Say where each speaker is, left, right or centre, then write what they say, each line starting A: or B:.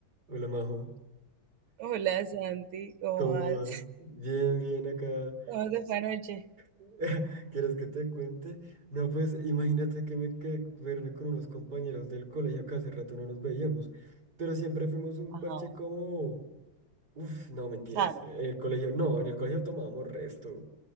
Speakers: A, on the right (about 55°); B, on the right (about 90°).
A: Hola Majo,
B: Hola Santi, ¿cómo
A: ¿cómo
B: vas?
A: vas? Bien, bien acá.
B: <laughs> ¿Cómo te fue anoche?
A: <laughs> ¿Quieres que te cuente? No, pues imagínate que me quedé verme con unos compañeros del colegio que hace rato no nos veíamos, pero siempre fuimos un
B: Ajá,
A: parche como... Uf, no, mentiras.
B: Sara.
A: En el colegio, no, en el colegio tomábamos resto,